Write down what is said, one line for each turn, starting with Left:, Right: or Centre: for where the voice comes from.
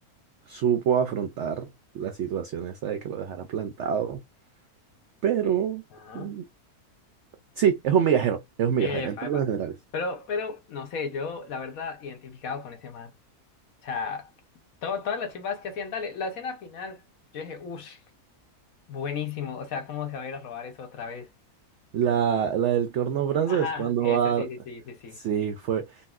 Right: supo afrontar la situación esa de que lo dejara plantado, pero
Left: Eh, ajá.
Right: mm, sí, es un migajero, es un migajero
Left: Epa,
Right: en términos
Left: epa.
Right: generales.
Left: Pero, pero, no sé, yo, la verdad, identificado con ese man. O sea, todo- todas las chivas que hacían, dale, la escena final, yo dije, uff, buenísimo, o sea, ¿cómo se va a ir a robar eso otra vez?
Right: La, la del corno francés,
Left: Ajá,
Right: cuando
Left: ese
Right: va...
Left: sí, sí, sí, sí, sí.
Right: Sí, fue...